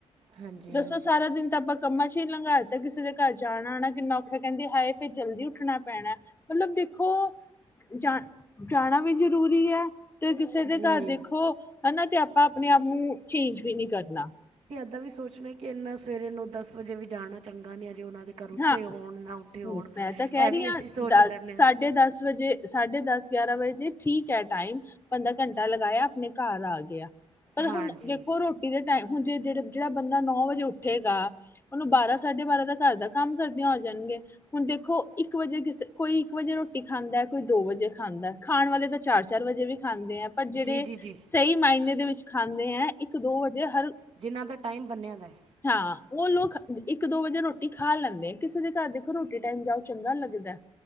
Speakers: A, on the right; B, on the left.
A: ਹਾਂਜੀ
B: ਦੱਸੋ
A: ਹਾਂਜੀ
B: ਸਾਰਾ ਦਿਨ ਤਾਂ ਬ ਕੰਮਾਂ ਚ ਹੀ ਲੰਘਾ ਦਿੱਤਾ ਕਿਸੇ ਦੇ ਘਰ ਜਾਣਾ ਆਣਾ ਕਿੰਨਾ ਔਖਿਆ ਕਹਿੰਦੀ ਹਾਏ। ਫੇ ਜਲਦੀ ਉੱਠਣਾ ਪੈਣਾ ਮਤਲਬ ਦੇਖੋ। ਜਾ ਜਾਣਾ ਵੀ ਜ਼ਰੂਰੀ ਹੈ। ਤੇ ਕਿਸੇ ਦੇ
A: ਜੀ
B: ਘਰ ਦੇਖੋ ਹਨਾ ਤੇ ਆਪਾਂ ਆਪਣੇ ਆਪ ਨੂੰ ਚੇਂਜ ਵੀ ਨਹੀਂ ਕਰਨਾ।
A: ਦਾ ਵੀ ਸੋਚਣਾ ਕਿ ਇੰਨਾ ਸਵੇਰੇ ਨੂੰ ਦਸ ਵਜੇ ਵੀ ਜਾਣਾ ਚੰਗਾ ਨੀ ਅਜ ਜੇ ਉਹਨਾ ਦੇ ਘਰ ਉੇਠੇ
B: ਹਾਂ
A: ਹੋਣ ਨਾ ਉਠੇ ਹੋਣ
B: ਮੈਂ ਤਾਂ ਕਹਿ
A: ਇਹ
B: ਰਹੀ
A: ਵੀ
B: ਹਾਂ
A: ਅਸੀਂ ਸੋਚ
B: ਦਸ
A: ਲੈਦੇ
B: ਸਾਢੇ
A: ਹਾਂ।
B: ਵਜੇ ਸਾਢੇ ਦਸ ਗਿਆਰਾਂ ਵਜੇ ਠੀਕ ਹੈ ਟਾਈਮ ਬੰਦਾ ਘੰਟਾ ਲਗਾਇਆ ਆਪਣੇ ਘਰ ਆ ਗਿਆ। ਪਰ
A: ਹਾਂਜੀ
B: ਹੁਣ ਦੇਖੋ ਰੋਟੀ ਦੇ। ਮ ਹੁਣ ਜੇ ਜਿਹੜਾ ਜਿਹੜਾ ਬੰਦਾ ਨੌ ਵਜੇ ਉੱਠੇਗਾ ਉਹਨੂੰ ਬਾਰਾਂ ਸਾਢੇ ਬਾਰਾਂ ਦਾ ਘਰ ਦਾ। ਕੰਮ ਕਰਦਿਆਂ ਹੋ ਜਾਣਗੇ ਹੁਣ ਦੇਖੋ ਇੱਕ ਵਜੇ ਕਿਸੇ ਕੋਈ ਇੱਕ ਵਜੇ ਰੋਟੀ ਖਾਂਦਾ ਕੋਈ ਦੋ ਵਜੇ ਖਾਂਦਾ। ਖਾਣ ਵਾਲੇ ਤਾਂ ਚਾਰ ਚਾਰ ਵਜੇ ਵੀ। ਖਾਂਦੇ ਹੈ ਪਰ ਜਿਹੜੇ
A: ਜੀ ਜੀ ਜੀ
B: ਸਹੀ ਮਾਇਨੇ ਦੇ ਵਿੱਚ ਖਾਂਦੇ ਹੈ ਇੱਕ ਦੋ ਵਜੇ ਹਰ
A: ਜਿਨ੍ਹਾਂ ਦਾ ਟਾਈਮ ਬੰਨਿਆ ਦਾ ਹੈ।
B: ਹਾਂ ਉਹ ਲੋਕ ਇੱਕ ਦੋ ਵਜੇ ਰੋਟੀ ਖਾ ਲੈਂਦੇ ਆ ਕਿਸੇ ਦੇ ਘਰ ਦੇਖੋ ਰੋਟੀ ਟਾਈਮ ਜਾਓ ਚੰਗਾ ਲੱਗਦਾ।